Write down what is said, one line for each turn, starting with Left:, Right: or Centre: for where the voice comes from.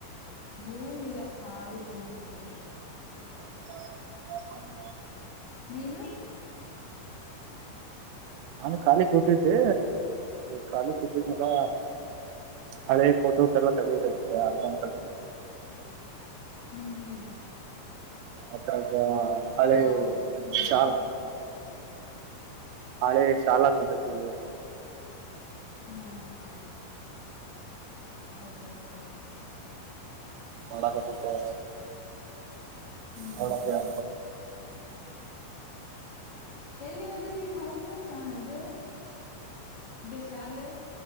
Left: ಏನಿಲ್ಲ ಖಾಲಿ ಕುಂನಿ ಹಂಗೆ
Right: ಹ
Left: ನೀನು
Right: ನಾನು ಕಾಲಿ ಕೂತಿದ್ದೆ ಖಾಲಿ ಕುಂತಿದೀನಲ ಹಳೆ ಫೋಟೋಸ್ ಎಲ್ಲ ತಗಬೇಕೆ ಆರ್ಬನ್ ತ
Left: ಹ್ಮ್ ಹ್ಮ್
Right: ಅತ್ತ ಅಳೇ
Left: ಯಾವ ಸ್ಕೂಲಿನವಾ
Right: ಶಲ್ ಹಾಳೆ ಶಾಲಾ ದಿನದು
Left: ಹ್ಮ್ ಹಾ ಹ ಹ ಹ ಹ ಹ
Right: ಹಣಕ ಮತ್ತೆ
Left: ಹ್ಮ್
Right: ಹ
Left: ಎಲ್ಲಿ ಓದಿದ್ದಿ ಹೌದು ಸಾ ಇದು. ಇದೇ ಶಾಲೆ